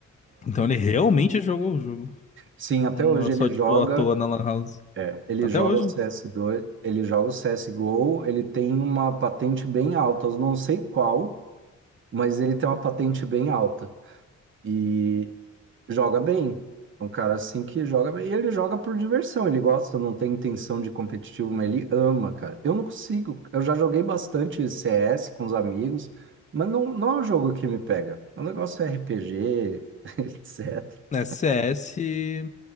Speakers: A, on the left (about 25°); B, on the right (about 40°).
A: Então ele realmente jogou o jogo.
B: Sim,
A: Não
B: até hoje
A: é só,
B: ele
A: tipo,
B: joga,
A: à toa na Lan House.
B: é, ele
A: Até
B: joga
A: hoje.
B: o CS2, ele joga o CSGO, ele tem uma patente bem alta, eu não sei qual, mas ele tem uma patente bem alta. E joga bem. É Um cara assim que joga bem. E ele joga por diversão, ele gosta, não tem intenção de competitivo, mas ele ama, cara. Eu não consigo. Eu já joguei bastante CS com os amigos, mas não, não é um jogo que me pega. O negócio é RPG, etc.
A: Né, CS
B: <laughs>